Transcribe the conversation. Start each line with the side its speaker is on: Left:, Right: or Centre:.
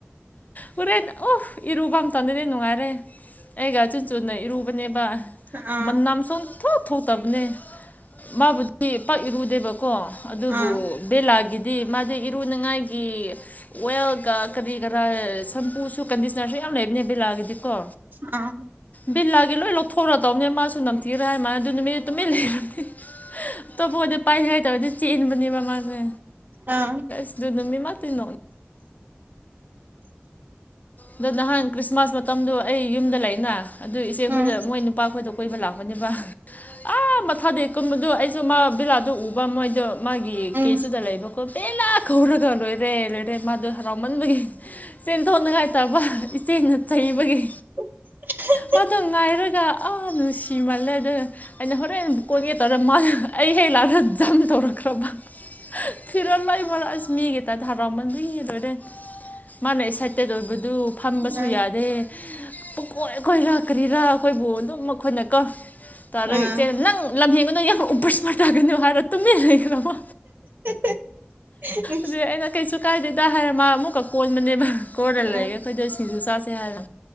Left: ꯍꯣꯔꯦꯟ ꯑꯣꯐ ꯏꯔꯨꯕꯝ ꯆꯟꯗꯗꯤ ꯅꯨꯡꯉꯥꯏꯔꯦ ꯑꯩꯒ ꯆꯤꯟ ꯆꯨꯅ ꯏꯔꯨꯕꯅꯦꯕ
Right: ꯑꯥ
Left: ꯃꯝꯁꯣꯟ ꯊꯣꯛ ꯊꯣꯛꯇꯕꯅꯦ ꯃꯥꯕꯨꯗꯤ ꯄꯛ ꯏꯔꯨꯗꯦꯕꯀꯣ ꯑꯗꯨꯕꯨ
Right: ꯑꯥ
Left: ꯕꯦꯂꯥꯒꯤꯗꯤ ꯃꯥꯗꯤ ꯏꯔꯨꯅꯤꯉꯥꯏꯒꯤ ꯑꯣꯏꯜꯒ ꯀꯔꯤ ꯀꯔꯥ ꯁꯝꯄꯨꯁꯨ ꯀꯟꯗꯤꯁꯅꯔꯁꯨ ꯌꯥꯝ ꯂꯩꯕꯅꯦ ꯕꯦꯂꯥꯒꯤꯗꯤ ꯀꯣ
Right: ꯑ
Left: ꯕꯤꯜꯂꯥꯒꯤ ꯂꯣꯏ ꯂꯧꯊꯣꯔꯗꯧꯅꯦ ꯃꯥꯁꯨ ꯅꯝꯊꯤꯔ ꯍꯥꯏ ꯃꯥꯅ ꯑꯗꯨ ꯅꯨꯃꯤꯠ ꯇꯨꯃꯤꯟꯅ ꯂꯩꯈ꯭ꯔꯗꯤ ꯑꯇꯣꯞꯄꯗꯤ ꯄꯥꯏꯅꯤꯡꯉꯥꯏꯇꯧꯔꯗꯤ ꯆꯦꯛ ꯏꯟꯕꯅꯦꯕ ꯃꯥꯁꯦ
Right: ꯑꯥ
Left: ꯁ ꯑꯗꯨꯅꯃꯤꯃ ꯇꯅ
Right: <unintelligible>
Left: ꯑꯗꯣ ꯅꯍꯥꯟ ꯈ꯭ꯔꯤꯁꯃꯥꯁ ꯃꯇꯝꯗꯣ ꯑꯩ ꯌꯨꯝꯗ ꯂꯩꯅ ꯑꯗꯨ ꯏꯆꯦ ꯈꯣꯏꯗ
Right: ꯎꯝ
Left: ꯃꯣꯏ ꯅꯨꯄꯥ ꯈꯣꯏꯗ ꯀꯣꯏꯕ ꯂꯥꯛꯄꯅꯤ ꯅꯨꯅꯤꯄꯥ ꯑꯥ ꯃꯊꯥꯗꯤ ꯀꯨꯝꯕꯗꯣ ꯑꯩꯁꯨ ꯃꯥ ꯕꯤꯂꯥꯗꯗꯨ ꯎꯕ ꯃꯣꯏꯗꯣ ꯃꯥꯒꯤ
Right: ꯎꯝ
Left: ꯀꯦꯁꯇꯨꯗ ꯂꯩꯕꯀꯣ ꯄꯦ ꯆ ꯈꯧꯔꯒ ꯂꯣꯏꯔꯦ ꯂꯣꯏꯔꯦ ꯃꯥꯗꯣ ꯍꯔꯥꯎꯃꯟꯕꯒꯤ ꯆꯦꯟꯊꯣꯡꯅꯉꯥꯏ ꯠꯇꯕ ꯏꯆꯦꯅ ꯆꯩꯕꯒꯤ
Right: <inaudible>
Left: ꯃꯥꯗꯣ ꯉꯥꯏꯔꯒ ꯑꯥ ꯅꯨꯡꯁꯤꯃꯜꯂꯦꯗ ꯑꯩꯅ ꯍꯣꯔꯦꯟ ꯑꯃ ꯀꯣꯟꯒꯦ ꯇꯧꯔ ꯃꯥ ꯑꯩ ꯂꯔꯖꯥ ꯇꯧꯔꯈ꯭ꯔꯕ ꯐꯤꯔꯣ ꯂꯩ ꯃꯔ ꯃꯤꯇ ꯊꯔꯥꯎꯃꯟꯗꯔꯣꯏꯔꯦ ꯃꯥꯅ ꯑꯦꯛꯁꯥꯏꯠꯇꯦꯠ ꯑꯣꯏꯕꯗꯨ ꯐꯝꯕꯁꯨ
Right: ꯎꯝ
Left: ꯌꯥꯗꯦ ꯄꯀꯣꯏ ꯑꯩꯈꯣꯏ ꯂꯥꯛꯀꯔꯤꯔꯥ ꯑꯩꯈꯣꯏꯕꯨ ꯑꯗꯨꯝ ꯑꯩꯣꯏꯅ ꯀꯧ ꯇꯧꯔꯒ
Right: ꯑꯥ
Left: ꯏꯆꯦ ꯅꯪ ꯂꯝꯍꯦꯟꯒꯅꯣ ꯌꯥꯝ ꯎꯄꯔ ꯏꯁꯃꯔ ꯇꯥꯒꯅꯤꯣ ꯍꯥꯏꯔꯣ ꯇꯨꯝꯃꯤꯟꯅ ꯂꯩꯈ꯭ꯔꯕ
Right: <inaudible>
Left: ꯑꯗꯨ ꯑꯩꯅ ꯀꯩꯁꯨ ꯀꯥꯏꯗꯦꯗ ꯍꯥꯏꯔ ꯃꯥ ꯑꯃꯨꯛꯀ ꯀꯣꯟꯕꯅꯦꯕ ꯀꯣꯟꯔ ꯂꯩꯦ
Right: ꯑꯥ
Left: ꯑꯩꯈꯣꯏꯗ ꯁꯤꯡꯁꯨ ꯆꯥꯥꯁꯦ ꯍꯥꯏꯔꯦ